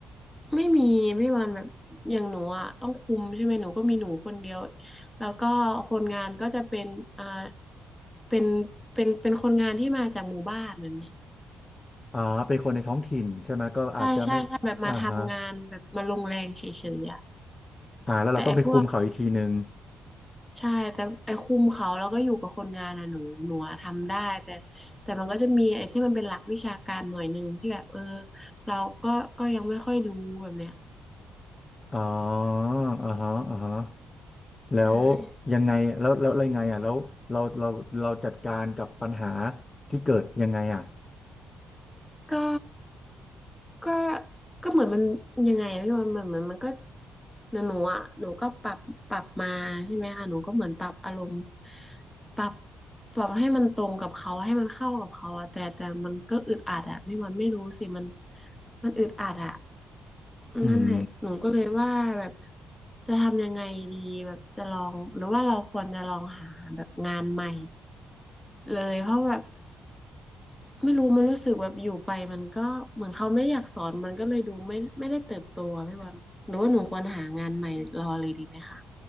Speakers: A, in the centre; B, on the left.
A: ไม่มีพี่บอลแบบอย่างหนูอ่ะต้องคุมใช่ไหมหนูก็มีหนูคนเดียวแล้วก็คนงานก็จะเป็นอ่าเป็นเป็นเป็นคนงานที่มาจากหมู่บ้านแบบเนี้ย
B: อ่าเป็นคนในท้องถิ่นใช่ไหมก็อาจจะไม่อ่าฮะ
A: ใช่ใช่ใช่แบบมาทำงานแบบมาลงแรงเฉยๆอ่ะ
B: อ่าแล้วเราต้องไปคุมเขาอีกทีหนึ่ง
A: แต่ไอ้พ ใช่แต่ไอ้คุมเขาแล้วก็อยู่กับคนงานน่ะหนูหนูอะทำได้แต่แต่มันก็จะมีไอ้ที่มันเป็นหลักวิชาการหน่อยหนึ่งที่แบบเออเราก็ก็ยังไม่ค่อยรู้แบบเนี้ย
B: อ๋ออ่าฮะอ่าฮะ แล้ว
A: ใช่
B: ยังไงแล้วแล้วแลไรไงอ่ะแล้วเราเราเราจัดการกับปัญหาที่เกิดยังไงอ่ะ
A: ก็ก็ก็เหมือนมันยังไงอะพี่บอลเหมือนเหมือนมันก็หนูหนูอ่ะหนูก็ปรับปรับมาใช่ไหมคะหนูก็เหมือนปรับอารมณ์ปรับปรับให้มันตรงกับเขาให้มันเข้ากับเขาอะแต่แต่มันก็อึดอัดอะพี่บอลไม่รู้สิมันมันอึดอัดอะ
B: อืม
A: นั่นแหละหนูก็เลยว่าแบบจะทำยังไงดีแบบจะลองหรือว่าเราควรจะลองหาแบบงานใหม่เลยเพราะแบบไม่รู้มันรู้สึกแบบอยู่ไปมันก็เหมือนเขาไม่อยากสอนมันก็เลยดูไม่ไม่ได้เติบโตอะพี่บอลหรือว่าหนูควรหางานใหม่รอเลยดีไหมคะ